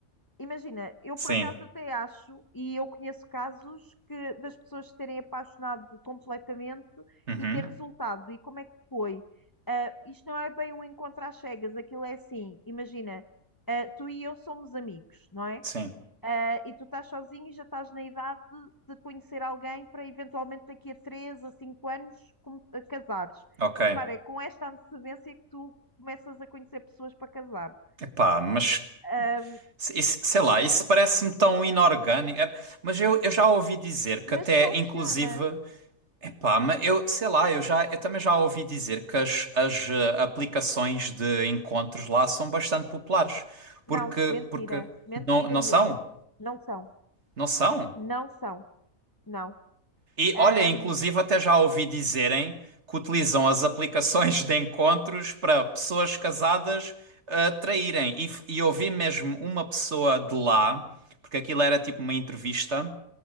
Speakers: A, on the left (about 15°); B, on the right (about 50°).
A: Imagina, eu
B: Sim.
A: por acaso até acho, e eu conheço casos que das pessoas se terem apaixonado completamente
B: Uhum.
A: e ter resultado. E como é que foi? Ah, isto não é bem um encontro às cegas, aquilo é assim, imagina, ah, tu e eu somos amigos, não é?
B: Sim.
A: Ah, e tu estás sozinho e já estás na idade de conhecer alguém para eventualmente daqui a 3 a 5 anos com- a casares.
B: Ok.
A: Repara, é com esta antecedência que tu começas a conhecer pessoas para casar.
B: Epá, mas
A: Ah,
B: se- isso- sei lá, isso parece-me tão inorgânico. É, mas eu, eu já ouvi dizer
A: Mas
B: que até,
A: funciona.
B: inclusive, epá, mas eu sei lá, eu já eu também já ouvi dizer que as, as eh, aplicações de encontros lá são bastante populares.
A: Não,
B: Porque,
A: mentira.
B: porque
A: Mentira,
B: não, não
A: Yuri.
B: são?
A: Não são.
B: Não são?
A: Não são. Não.
B: E
A: Ahm,
B: olha, inclusive até já ouvi dizerem que utilizam as aplicações de encontros para pessoas casadas ah, traírem. E, f- e ouvi mesmo uma pessoa de lá, porque aquilo era tipo uma entrevista,